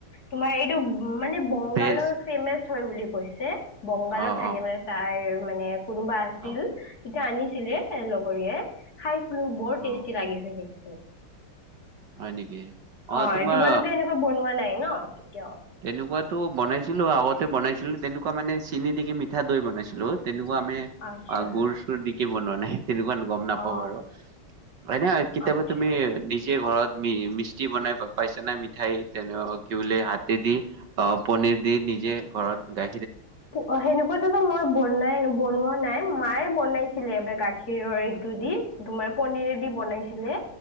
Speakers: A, on the left; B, on the right.
A: তোমাৰ এইটো মানে বংগালৰ
B: ভেজ
A: ফেমাচ হয় বুলি কৈছে। বংগালত
B: অ',
A: থাকে
B: অ',
A: মানে তাইৰ মানে কোনোবা আছিল,
B: অ',
A: তেতিয়া আনিছ আনিছিলে, এ লগৰীয়াই খাইছিলোঁ বৰ টেষ্টি
B: অ',
A: লাগিছে কিন্তু।
B: হয় নেকি?
A: হয়,
B: অ', তোমাৰ
A: তোমালোকে এনেকুৱা বনোৱা নাই ন? কেতিয়াও
B: তেনেকুৱাতো বনাইছিলোঁ আগতে বনাইছিলো, তেনেকুৱা মানে চিনি দি কিনে মিঠা দৈ বনাইছিলোঁ। তেনেকুৱা আমি
A: আচ্ছা
B: গুৰ চুৰ দিকে বনোৱা নাই। তেনেকুৱান গম নাপাওঁ
A: অ
B: বাৰু, এনেয়ে কতিয়াবা
A: আচ্ছা
B: তুমি যে ঘৰত মি-মিষ্টী বনাই পাইছে নে মিঠাই তেনেক তেদি, অ পনীৰ দি নিজে ঘৰত গা
A: পু অ', সেনেকুৱাতুটো মই বনাই-বনোৱা নাই, মায়ে বনাইছিলে এবাৰ গাখীৰৰ এইটো দি, তোমাৰ পনীৰে দি বনাইছিলে